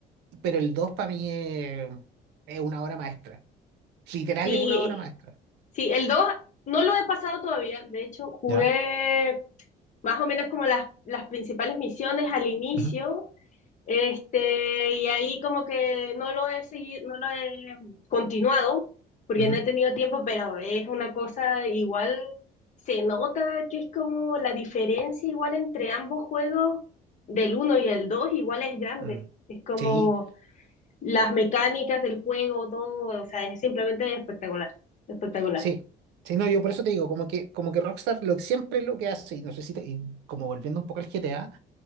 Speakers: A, on the right; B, on the left.
A: pero el 2 para mí es, es una obra maestra. Literal
B: Sí,
A: es una obra maestra.
B: sí, el 2 no lo he pasado todavía, de hecho jugué
A: ya
B: más o menos como las, las principales misiones al inicio
A: Ujú,
B: Este, y ahí como que no lo he seguido, no lo he continuado, porque
A: ujú,
B: no he tenido tiempo, pero es una cosa igual, se nota que es como la diferencia igual entre ambos juegos, del uno y el 2 igual es grande.
A: mm.
B: Es como
A: Sí,
B: las mecánicas del juego, todo, o sea, es simplemente espectacular, espectacular.
A: sí. Sí, no, yo por eso te digo, como que, como que Rockstar lo, siempre lo que hace, y no sé si te- y como volviendo un poco al GTA,